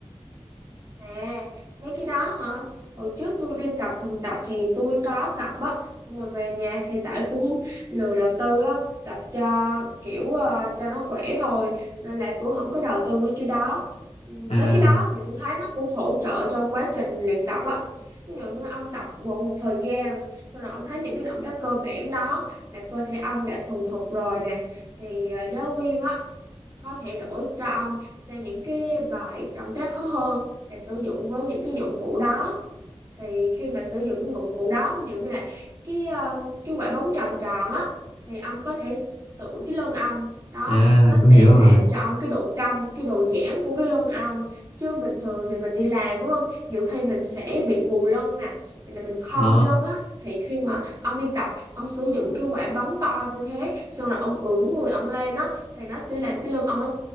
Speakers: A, on the right; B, on the left.
A: À, mấy cái đó hả? Hồi trước tôi đi tập phòng tập thì tôi có tập á, nhưng mà về nhà thì tại cũng lười đầu tư á, tập cho kiểu ờ, cho nó khỏe thôi, nên là tôi không có đầu tư mấy cái đó. Ừ,
B: À
A: Mấy cái đó thì tôi thấy nó cũng hỗ trợ trong quá trình luyện tập á. Ví dụ như ông tập một một thời gian, sau rồi ông thấy những cái động tác cơ bản đó là cơ thể ông đã thuần thục rồi nè, thì ờ, giáo viên á có thể đổi cho ông sang những cái bài động tác khó hơn để sử dụng với những cái dụng cụ đó thì khi mà sử dụng cái dụng cụ đó ví dụ như là cái ờ, cái quả bóng tròn tròn á thì ông có thể tự cái lưng ông đó
B: à
A: nó sẽ
B: tôi hiểu rồi.
A: làm cho ông cái độ cong cái độ giãn của cái lưng ông chứ bình thường thì mình đi làm đúng không nhiều khi mình sẽ bị gù lưng nè thì là mình khom
B: Ờ
A: lưng á thì khi mà ông đi tập ông sử dụng cái quả bóng to như thế xong rồi ông ưỡn người ông lên á thì nó sẽ làm cái lưng ông nó